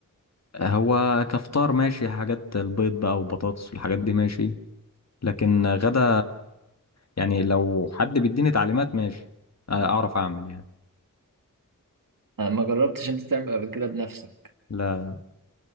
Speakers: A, on the left; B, on the right.
A: هو كفطار ماشي حاجات البيض بقى وبطاطس والحاجات دي ماشي لكن غدا يعني لو حد بيديني تعليمات ماشي اعرف اعمل يعني
B: أنا ما جربتش أنت تعمل قبل كده بنفسك
A: لا